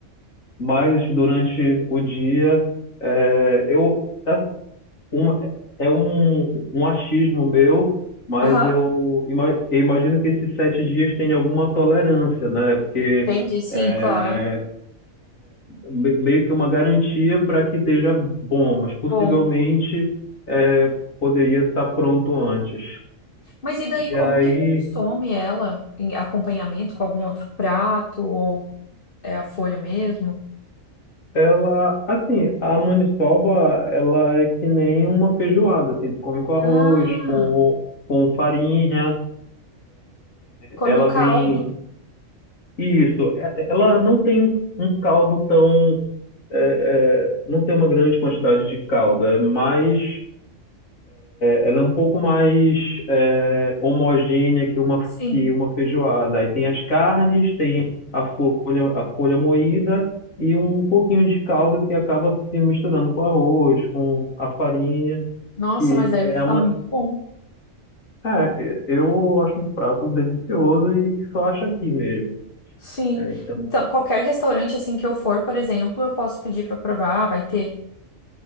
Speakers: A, on the left; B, on the left.
A: mais durante o dia. É, eu, assim, uma- é um, um achismo meu, mas
B: Aham.
A: eu, ima- eu imagino que esses sete dias tenha alguma tolerância, né? Porque
B: Entendi, sim,
A: é,
B: claro.
A: me- meio que uma garantia para que esteja bom, mas possivelmente
B: Bom.
A: é, poderia estar pronto antes.
B: Mas e daí,
A: E
B: como
A: aí
B: que consome ela em acompanhamento com algum outro prato ou é a folha mesmo?
A: ela, assim, a maniçoba, ela é que nem uma feijoada, assim, tu come com arroz,
B: Ah,
A: com, com farinha,
B: come
A: ela
B: o caldo.
A: vem, isso, é- é, ela não tem um, um caldo tão, é, é, não tem uma grande quantidade de caldo, é mais Ela é um pouco mais é, homogênea que uma,
B: Sim.
A: que uma feijoada. Aí tem as carnes, tem a folha, a folha moída e um pouquinho de caldo que acaba se misturando com arroz, com a farinha,
B: Nossa,
A: que
B: mas deve
A: é
B: ficar
A: uma.
B: muito bom.
A: É, eu acho um prato delicioso e que só acho aqui mesmo.
B: Sim.
A: É, então,
B: Então, qualquer restaurante assim que eu for, por exemplo, eu posso pedir pra provar, vai ter.